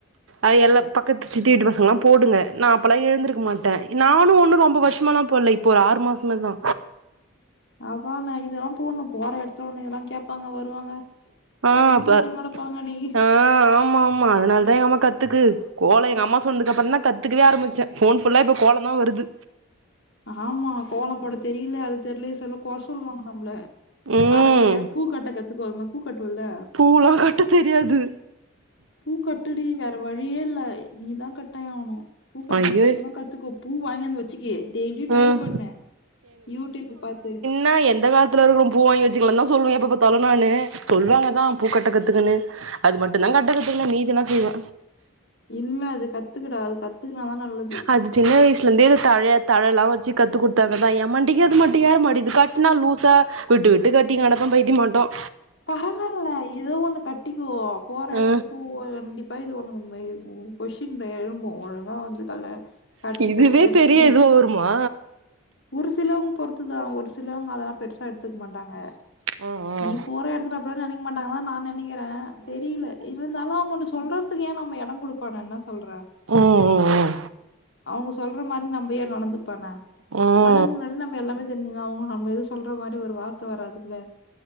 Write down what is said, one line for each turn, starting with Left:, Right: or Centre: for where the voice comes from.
Right: அது எல்லா பக்கத்து சித்தி வீட்டு பசங்கல்லா போடுங்க நா அப்பல்லா எழுந்திருக்க மாட் ட நானு ஒன்னு ரொம்ப வருஷாமால்லா போட்ல இப்போ ஒரு ஆறுமாசமாதா
Left: அதா நா இதல்லா போட்ணு போற எடத்துல ஒன்னு இதெல்லா கேப்பாங்க வருவாங்க
Right: ஆ
Left: அப்படின்னு
Right: பா
Left: சொல்லி கிடப்பாங்கடி.
Right: ஆ ஆமா ஆமா அதனால் தா எங்கம்மா கத்துக்கு கோலோ எங்க அம்மா சொன்துக்கு அப்றோதா கத்துக்கவே ஆரம்பிச்சே போன் ஃபுல்லா இப்போ கோலந்தா வருது
Left: ஆமா கோலம்போட தெரில அது தெர்லே சொல்ல கொற சொல்வாங்க நம்ப்ல
Right: ம்
Left: அது கொறையா பூக்கட்ட கத்துக்கோமா பூ கட்டுவோல்ல
Right: பூலா கட்ட தெரியாது
Left: பூ கட்டுடி வேற வழியே இல்ல நீதா கட்டயானு பூ கட்ட
Right: ஐயோ
Left: முக்கியமா கத்துகோ பூ வாங்கியாந்து கியே டெய்லி ட்ரை
Right: ம்
Left: பண்ணு யூடியூப்பு பாத்து
Right: நா எந்த காலத்துல இருக்கிறம் பூ வாங்கி வச்சுங்கலான் தா சொல்லுவே எப்ப பாத்தாலு நானு சொல்லுவாங்கதா பூ கட்ட கத்துக்கன்னு அது மட்டுந்தான் கட்டறதுல்ல மீதின்னா செய்வே
Left: இன்மே அது கத்துக்கிற அது கத்துக்கனாதா நல்லது
Right: அது சின்ன வயசுலருந்தே தழ தழலாம் வச்சு கத்து குடுத்தாங்கதா ஏ மண்டிக்கு அது மட்டி ஏற மாட்டியிது கட்னா லூஸா விட்டு விட்டு கட்டிங்கடப்ப பைத்தியமாட்டம்
Left: பரவாயில்ல ஏதோ ஒண்ணு கட்டிக்குவோ போற
Right: ஆ
Left: எடத்துல பூ போய் கண்டிப்பா இது ஒன் எழும்பும் கொஷின் எழும்பும் ஒழுங் அப்பா ஒத்துக்கல கட்டிக்கோ
Right: இதுவே
Left: என்
Right: பெரிய
Left: நீ
Right: இதுவா வருமா
Left: ஒரு சிலவங்க பொறுத்துதா ஒரு சிலவங்க அதெல்லா பெருசா எடுத்துக்க மாட்டாங்க
Right: ம் ம்
Left: நீ போற எடத்துல அப்டில்லா நெனைக்க மாட்டாங்க தா நா நெனைக்கிறே தெரியல இருந்தாலு அவங்க ஒன்னு சொல்ற துக்கே இப்ப ஏ நம்ம எடம் குடுப்பான என்ன சொல்ற
Right: ம்
Left: அவங்க சொல்ற மாதிரி நம்ப ஏ நடந்துப்பான
Right: ம்
Left: அதுக்கு முன்னாடி நம்ம எல்லாமே தெரிஞ்சதுனா அவங்க நம்ம எது சொல்ற மாரி ஒரு வார்த்த வராதுல்ல